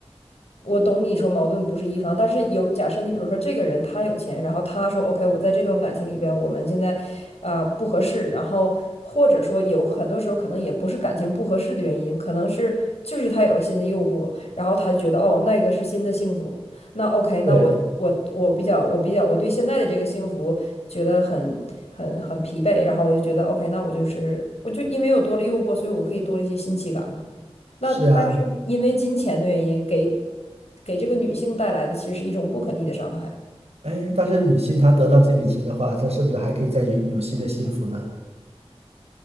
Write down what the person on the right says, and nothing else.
对，
是啊，
哎，但是女性她得到这笔钱的话，她是不是还可以再有有新的幸福呢？